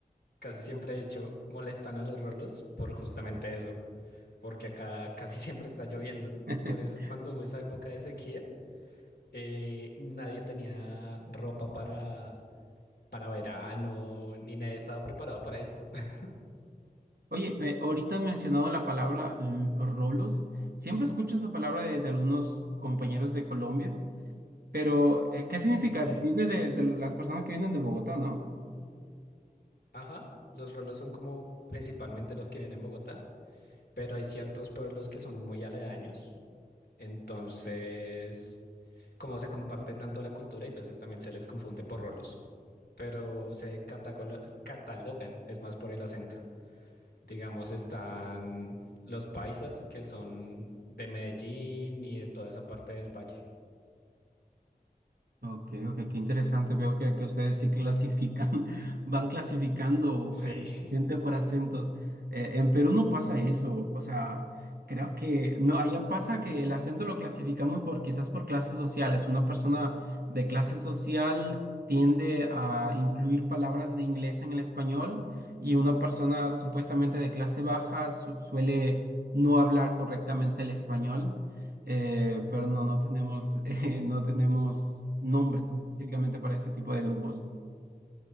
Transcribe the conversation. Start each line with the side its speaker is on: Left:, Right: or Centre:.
Left: Casi siempre, de hecho, molestan a los rolos por justamente eso, porque acá casi <laughs> siempre está lloviendo.
Right: <laughs>
Left: Por eso cuando hubo esa época de sequía, eh, nadie tenía ropa para, para verano, ni nadie estaba preparado para esto. <laughs>
Right: Oye, eh, ahorita han mencionado la palabra l- rolos. Siempre escucho esa palabra de, de algunos compañeros de Colombia, pero eh, ¿qué significa?
Left: Ok.
Right: Viene de, de las personas que vienen de Bogotá, ¿no?
Left: Ajá. Los rolos son como principalmente los que vienen en Bogotá. pero hay ciertos pueblos que son muy aledaños, entonces, como se comparte tanto la cultura, y veces también se les confunde por rolos, pero se catagolo- catalogan, es más por el acento. Digamos, están los paisas, que son de Medellín y de toda esa parte del valle.
Right: Ok, ok, qué interesante. Veo que, que ustedes sí clasifican, <laughs> van clasificando
Left: Sí.
Right: eh,
Left: <laughs>
Right: gente por acentos. Eh, en Perú no pasa eso. O sea, creo que no, allá pasa que el acento lo clasificamos por quizás por clases sociales. Una persona de clase social tiende a incluir palabras de inglés en el español y una persona supuestamente de clase baja su- suele no hablar correctamente el español. Eh, pero no, no tenemos, <laughs> eh, no tenemos nombres específicamente para ese tipo de grupos.